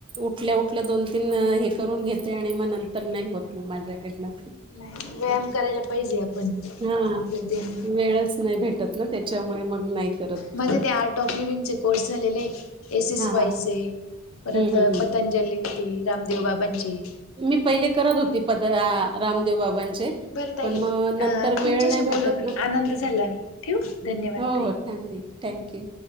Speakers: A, on the right; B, on the left.
A: उठल्या उठल्या दोन तीन हे करून घेते आणि मग नंतर नाही होत मग माझ्याकडन.
B: नाही, व्यायाम करायला पाहिजे आपण,
A: हा
B: आपले देण
A: वेळच नाही भेटत ना त्याच्यामुळे मग नाही करत.
B: माझे ते आर्ट ऑफिविंग चे कोर्स झालेले एस एस
A: हा
B: वाय
A: हा हा
B: चे परत
A: हम्म हम्म
B: पतं जली ती रामदेव बाबांची.
A: मी पहिले करत होती पद रामदेव बाबांचे.
B: बरं ताई
A: पण मग नंतर
B: अ
A: वेळ
B: तुमच्याशी
A: नाय भेटत
B: बोलून
A: ना.
B: आनंद झाला ठेवू धन्यवाद
A: हो
B: ताई
A: हो त्यांनी थँक्यू.